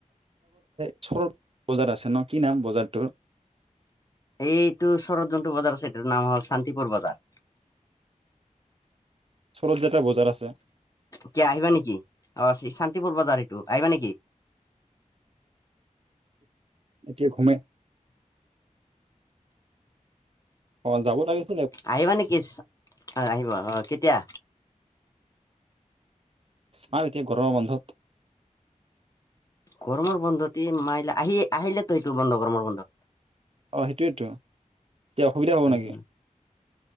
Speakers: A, on the right; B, on the left.
A: ওচৰত বজাৰ আছে ন, কি নাম বজাৰটোৰ?
B: এইটো ওচৰত যিটো বজাৰ আছে এইটোৰ নাম হ'ল শান্তিপুৰ বজাৰ।
A: ওচৰত যে এটা বজাৰ আছে।
B: এতিয়া আহিবা নেকি অ শান্তিপূৰ বজাৰ এইটো, আহিবা নেকি?
A: এতিয়া ঘুমাই অ যাব লাগিছ
B: আহিবা নেকি আহিবা অহ আহিবা, কেতিয়া?
A: চাওঁ এতিয়া গৰমৰ বন্ধত
B: গৰমৰ বন্ধত মাইল আহি আহিলে ত এইটোৰ বন্ধ গৰমৰ বন্ধ।
A: অ' সেইটোৱেতো, কিবা অসুবিধা হ'ব
B: উম
A: নেকি?